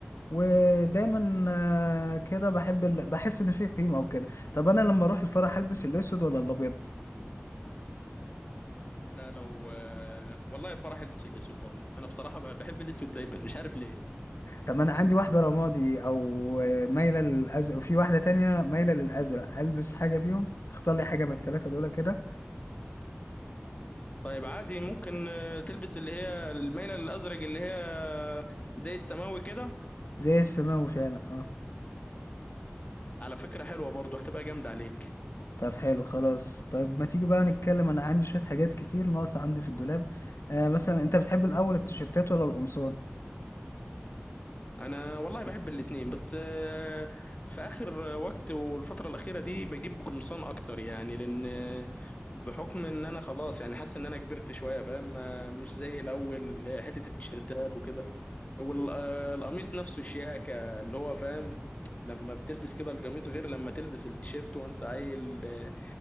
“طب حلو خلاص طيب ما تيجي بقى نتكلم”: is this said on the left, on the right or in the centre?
Left